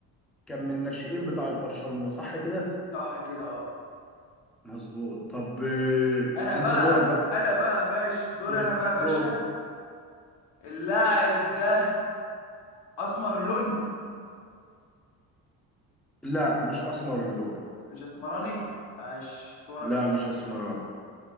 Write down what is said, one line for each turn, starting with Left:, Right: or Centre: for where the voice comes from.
Centre: كان من الناشئين بتاعة برشلونة صح كده
Left: صح كده اه
Centre: مظبوط طب آه
Left: انا بقى
Centre: انت دورك بقى
Left: انا بقى ماشي دوري
Centre: دور
Left: انا بقى يا باشا
Centre: دورك
Left: اللاعب ده اسمر اللون
Centre: لا مش اسمر اللون
Left: مش اسمراني ماشي دورك
Centre: لا
Left: يا باشا
Centre: مش اسمران